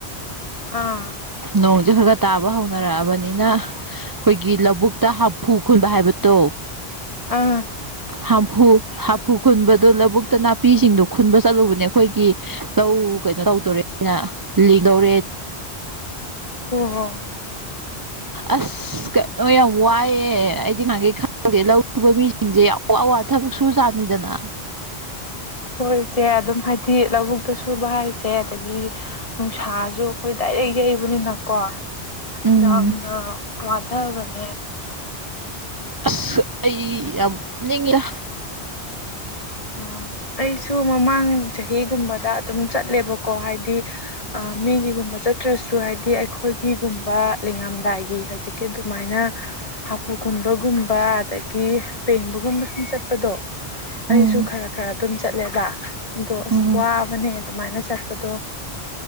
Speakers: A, on the left; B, on the right.
A: <unintelligible>
B: ꯅꯣꯡꯁꯦ ꯈꯔ ꯈꯔ-ꯇꯥꯕ ꯍꯧꯅꯔꯛꯑꯕꯅꯤꯅ ꯑꯩꯈꯣꯏꯒꯤ ꯂꯧꯕꯨꯛꯇ ꯍꯥꯐꯨ ꯈꯨꯨꯟꯕ ꯍꯥꯏꯕꯗꯣ
A: <unintelligible>
B: ꯍꯥꯝꯐꯨ-ꯍꯥꯝꯐꯨ ꯈꯨꯟꯕꯗꯨ ꯂꯧꯕꯨꯛꯇ ꯅꯥꯄꯤꯁꯤꯡꯗꯨꯣ ꯈꯨꯟꯕ ꯆꯠꯂꯨꯕꯅꯦ ꯑꯩꯈꯣꯏꯒꯤ ꯇꯧ ꯀꯩꯅꯣ ꯇꯧꯗꯣꯔꯦꯅ ꯂꯤꯡꯗꯧꯔꯦ
A: <unintelligible>
B: ꯑꯁ ꯀ ꯌꯥꯝ ꯋꯥꯏꯑꯦ ꯑꯩꯗꯤ ꯉꯥꯏꯒꯩ ꯈꯪꯗꯦ ꯂꯧꯨꯕ ꯃꯤ ꯁꯤꯡꯁꯦ ꯑꯋꯥ - ꯑꯋꯥ ꯊꯕꯛ ꯁꯨ ꯖꯥꯅꯤꯗꯅ
A: ꯍꯣꯏꯁꯦ ꯑꯗꯨꯝ ꯍꯥꯏꯗꯤ ꯂꯧꯕꯨꯛꯇ ꯁꯨꯕ ꯍꯥꯏꯁꯦ ꯑꯗꯒꯤ ꯅꯨꯡꯁꯥꯁꯨ ꯑꯩꯈꯣꯏ ꯗꯥꯏꯔꯦꯛ ꯌꯩꯕꯅꯤꯅꯀꯣ
B: ꯎꯝ
A: ꯌꯥꯝꯅ ꯋꯥꯙꯥ ꯕꯅꯦ
B: ꯑꯁ ꯑꯩ ꯌꯥꯝ ꯄꯨꯞꯅꯤꯡꯉꯦ
A: ꯑꯥ ꯑꯩꯁꯨ ꯃꯃꯥꯡ ꯆꯍꯤꯒꯨꯝꯕꯗ ꯑꯗꯨꯝ ꯆꯠꯂꯦꯕꯀꯣ ꯍꯥꯏꯗꯤ ꯑ ꯃꯤꯒꯤꯒꯨꯝꯕ ꯆꯠꯇ꯭ꯔꯁꯨ ꯍꯥꯏꯗꯤ ꯑꯩꯈꯣꯏꯒꯤꯒꯨꯝꯕ ꯂꯤꯡꯉꯝꯗꯥꯏꯒꯤ ꯍꯧꯖꯤꯛ ꯀꯤ ꯗꯨꯃꯥꯏꯅ ꯍꯥꯐꯨ ꯈꯨꯨꯟꯕꯒꯨꯝꯕ ꯑꯗꯒꯤ ꯄꯦꯡꯕꯒꯨꯝꯕ ꯁꯨꯝ ꯆꯠꯄꯗꯣ
B: ꯎꯝ
A: ꯑꯩꯁꯨ ꯈꯔ ꯈꯔ ꯑꯗꯨꯝ ꯆꯠꯂꯦꯕ ꯑꯗꯣ ꯑꯁ
B: ꯎꯝ
A: ꯋꯥꯕꯅꯦ ꯑꯗꯨꯃꯥꯏꯅ ꯆꯠꯄꯗꯣ